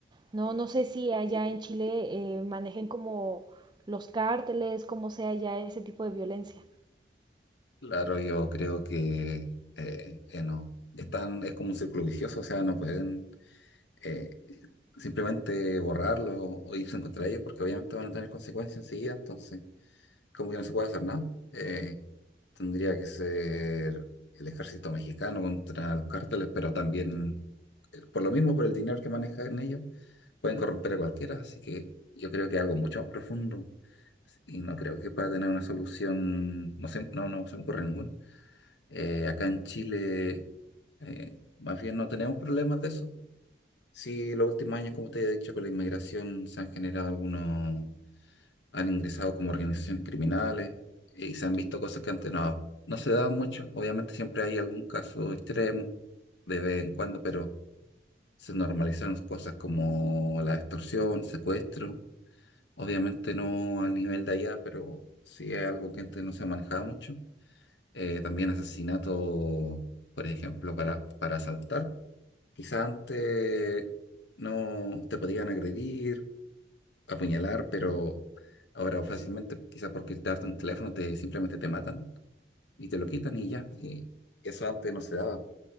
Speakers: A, on the right; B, on the left.
A: No, no sé si allá en Chile eh, manejen como los cárteles, cómo sea ya ese tipo de violencia.
B: Claro, yo creo que eh, eh, no. Están, es como un círculo vicioso, o sea, no pueden eh, simplemente borrarlo o irse en contra de ellos, porque obviamente van a tener consecuencias enseguida, entonces, como que no se puede hacer nada. Eh, Tendría que ser el ejército mexicano contra los cárteles, pero también, eh, por lo mismo, por el dinero que manejan ellos, pueden corromper a cualquiera. Así que yo creo que es algo mucho más profundo y no creo que pueda tener una solución. No sé, no, no se me ocurre ninguna. Eh, acá en Chile, eh, más bien no tenemos problemas de eso. Sí, los últimos años, como te he dicho, con la inmigración se han generado algunos han ingresado como organizaciones criminales eh, y se han visto cosas que antes no, no se daban mucho. Obviamente siempre hay algún caso extremo de vez en cuando, pero se normalizaron cosas como la extorsión, secuestro. Obviamente no al nivel de allá, pero sí es algo que antes no se manejaba mucho. Eh, también asesinato, por ejemplo, para, para asaltar. Quizás antes no te podían agredir apuñalar, pero ahora fácilmente, quizás por quitarte un teléfono, te, simplemente te matan y te lo quitan y ya. Y eso antes no se daba.